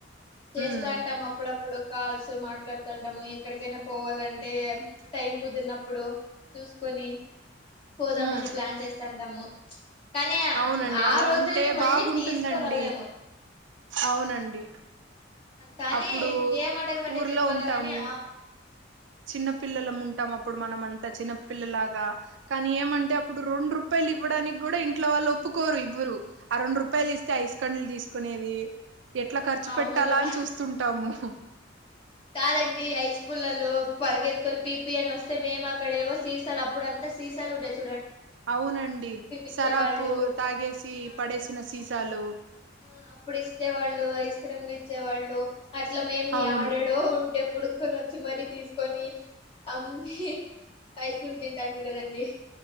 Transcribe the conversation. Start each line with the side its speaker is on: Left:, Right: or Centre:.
Left: చేస్తా
Right: ఉమ్
Left: అంటాం అప్పుడప్పుడు కాల్స్ మాట్లాడుతంటాము ఎక్కడికైనా పోవాలంటే టైం కుదిరినప్పుడు చూసుకొని పోదామని
Right: ఉమ్
Left: ప్లాన్ చేస్తాంటాము కానీ
Right: అవునండి
Left: ఆ
Right: అలా
Left: రోజుల్ని
Right: ఉంటే
Left: మళ్ళీ
Right: బాగుంటుందండి
Left: తీసుకురాలేము
Right: అవునండి
Left: కానీ
Right: అప్పుడు
Left: ఏం అడగమంటే
Right: ఊర్లో
Left: చెప్పాల
Right: ఉంటాము
Left: గాని ఆ
Right: చిన్నపిల్లలముంటాం అప్పుడు మనం అంత చిన్నపిల్లలాగా కానీ ఏమంటే అప్పుడు రెండు రూపాయ పాయలు ఇవ్వడానికి కూడా ఇంట్లో వాళ్ళు ఒప్పుకోరు ఇవ్వరు అరెండు రూపాయలు ఇస్తే ఐస్ కండలు తీసుకునేది ఎట్లా ఖర్చు
Left: అవును
Right: పెట్టాలా అని చూస్తుంటాము
Left: కాదండి ఐస్ పుల్లలు పరిగెత్కొని పీపి అని వస్తే మేము అక్కడ ఏవో సీసన్ అప్పుడుంతా సీసాలు ఉండాచు
Right: అవునండి
Left: ఇచ్చేవాళ్ళు
Right: సరాపు తాగేసి
Left: ఆ
Right: పడేసిన సీసాలు
Left: ఆ అప్పుడు ఇస్తే వాళ్ళు ఐస్ క్రీమ్లు ఇచ్చేవాళ్ళు అట్ల మేం
Right: అవును
Left: యడాడో ఉంటే బుడుకొని వచ్చి మరీ తీసుకొని అమ్మి ఐస్ క్రీమ్ తింటాంటిమి గదండి